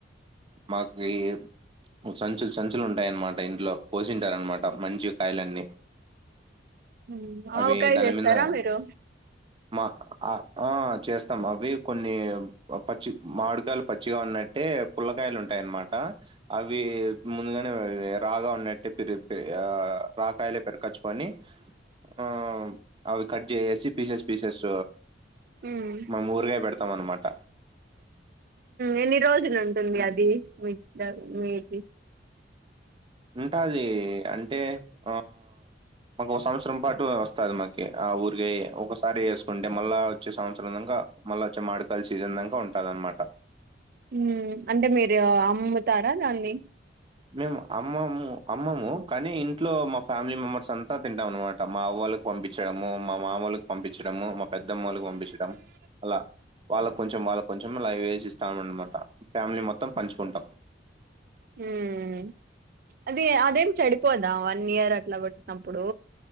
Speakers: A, on the right (about 30°); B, on the right (about 55°).
A: మాకి ఈ సంచులు సంచులు ఉంటాయన్నమాట ఇంట్లో పోసింటారు అనమాట మంచి కాయలన్నీ
B: హ్మ్ ఆవకాయ
A: అవి దాని
B: చేస్తారా
A: మీద
B: మీరు
A: మా ఆ చేస్తాం అవి కొన్ని పచ్చి మామిడికాయలు పచ్చిగా ఉన్నట్టే పుల్లకాయలు ఉంటాయన్నమాట అవి ముందు అనే రాగా ఉన్నట్టు రి రాకాయలే పెరగచ్చుకొని ఆ అవి కట్ చేసేసి పీసెస్ పీసెస్
B: హ్మ్
A: మేము ఊరగాయ పెడతాం అన్నమాట
B: ఎన్ని రోజులు ఉంటుంది అది మ మీకి
A: ఉంటాది అంటే ఆ మాకు ఒక సంవత్సరం పాటు వస్తది మాకి ఆ ఉరాగయా ఒకసారి వేసుకుంటే మళ్ళా వచ్చే సంవత్సరం దాక మల్లో వచ్చే మాడుకాయలు సీజన్ దాకా ఉంటుందినమాట
B: ఊ అంటే మీరు అమ్ముతారా దాన్ని
A: మేము అమ్మము అమ్మము కానీ ఇంట్లో మా ఫ్యామిలీ మెంబర్స్ అంతా తింటాం అనమాట మా అవ వాళ్ళకి పంపించడము మా మామళ్ళకి పంపించడము మా పెద్దమ్మకి పంపించడం అలా వాళ్ళ కొంచెం వాళ్ళక్కొంచెం అలా వేసి ఇస్తామనమాట ఫ్యామిలీ మొత్తం పంచుకుంటాం
B: హుమ్మ్ అది అదేం చెడిపోదా వన్ ఇయర్ అట్లా వెట్టినప్పుడు